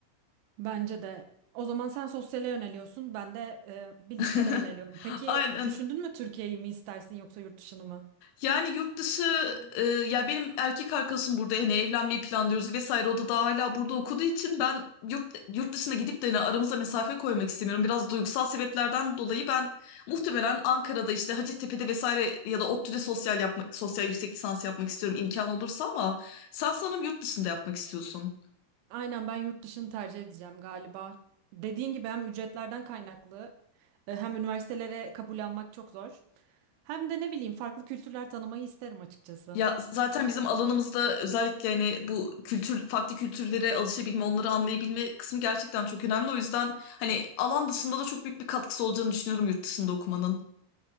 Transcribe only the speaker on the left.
<laughs>
Aynen
Yani yurt dışı e, ya benim erkek arkadaşım burada hani evlenmeyi planlıyoruz vesaire o da daha hala burada okuduğu için ben yurt yurt dışına gidip de hani aramıza mesafe koymak istemiyorum. Biraz duygusal sebeplerden dolayı ben muhtemelen Ankara'da işte Hacettepe'de vesaire ya da ODTÜ'de sosyal yapmak sosyal yüksek lisans yapmak istiyorum imkan olursa ama sen sanırım yurt dışında yapmak istiyorsun.
Ya zaten bizim alanımızda özellikle hani bu kültür farklı kültürlere alışabilme, onları anlayabilme kısmı gerçekten çok önemli. O yüzden hani alan dışında da çok büyük bir katkısı olacağını düşünüyorum yurt dışında okumanın.